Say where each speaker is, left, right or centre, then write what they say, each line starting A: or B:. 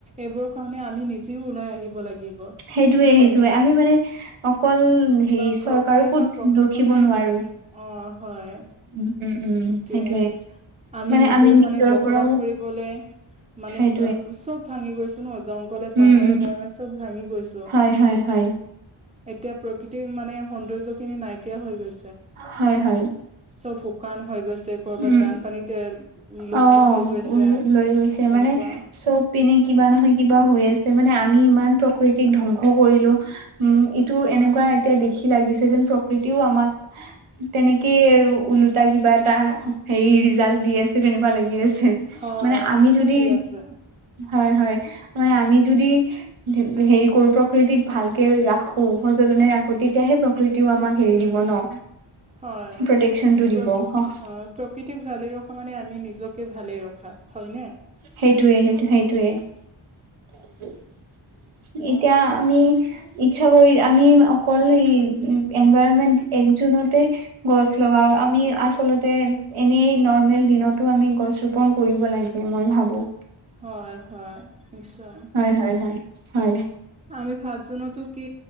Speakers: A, on the right; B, on the right.
A: এইবোৰৰ কাৰণে আমি নিজেও ওলাই আহিব লাগিব।
B: সেইটোয়ে
A: হয়নে
B: সেইটোয়ে আমি মানে অকল হেৰি
A: বা চৰকাৰে
B: চৰকাৰকো
A: বা প্ৰশাসনে
B: দুখিব নোৱাৰো
A: অ হয়।
B: উম উম উম
A: এটোয়ে
B: সেইটোয়ে
A: আমি
B: মানে
A: নিজেও
B: নিজৰ
A: মানে বসবাস
B: পৰাও
A: কৰিবলে মানে
B: সেইটোয়ে
A: চ চব ভাঙি গৈছো ন জংঘলে
B: উম
A: পাহাৰে
B: উম
A: বয়ামে চব ভাঙি গৈছো।
B: হয় হয় হয়।
A: এতিয়া প্ৰকৃতিৰ মানে সৌন্দৰ্য খিনি নাইকিয়া হৈ গৈছে।
B: হয় হয়।
A: চব শুকান হৈ গৈছে। কৰ'বাত
B: উম
A: দান পানীতে লুপ্ত
B: অ
A: হৈ গৈছে
B: উ লৈ
A: সনেকুৱা।
B: গৈছে মানে চব পিনে কিবা নহয় কিবা হৈ আছে মানে আমি ইমান প্ৰকৃতিক ধ্বংস কৰিলো। উম ইটো এনেকুৱা এতিয়া দেখি লাগিছে যেন প্ৰকৃতিও আমাক। তেনেকেই আৰু ওলোটা কিবা এটা হেৰি ৰিজাল্ট দি আছে তেনেকুৱা লাগি আছে।
A: হয়
B: মানে আমি
A: নিশ্চয়
B: যদি
A: দি আছে
B: হয় হয় মানে আমি যদি হেৰি কৰো প্ৰকৃতিক ভালকে ৰাখো সযতনে ৰাখো তেতিয়াহে প্ৰ প্ৰকৃতিও আমাক হেৰি দিব ন
A: হয়
B: প্ৰটেকচনটো
A: প্ৰকৃ
B: দিব অ
A: অ প্ৰকৃতিক ভালে ৰখা মানে আমি নিজকে ভালে ৰখা হয়নে।
B: সেইটোয়ে সেইটো সেইটয়ে। <inaudible> এতিয়া আমি ইচ্ছা কৰি আমি অকল এই এনভাইৰমেন্ট এক জুনতে গছ লগাও আমি আচলতে এনেই নৰ্মেল দিনতো আমি গছ ৰোপন কৰিব লাগে। ও মই ভাবোঁ
A: হয় হয় নিশ্চয়
B: হয় হয় হয় হয়
A: আমি পাঁচজনতো কি